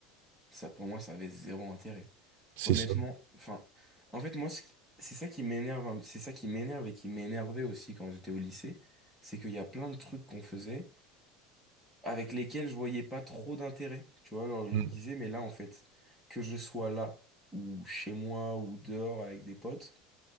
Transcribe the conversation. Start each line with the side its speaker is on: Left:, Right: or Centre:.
Centre: Ça, pour moi, ça avait zéro intérêt.
Right: C'est
Centre: Honnêtement,
Right: ça.
Centre: enfin, en fait, moi, ce qui- c'est ça qui m'énerve, un- c'est ça qui m'énerve et qui m'énervait aussi quand j'étais au lycée, c'est qu'il y a plein de trucs qu'on faisait avec lesquels je voyais pas trop d'intérêt. Tu vois, alors je me
Right: Mm.
Centre: disais, mais là, en fait, que je sois là, ou chez moi, ou dehors avec des potes,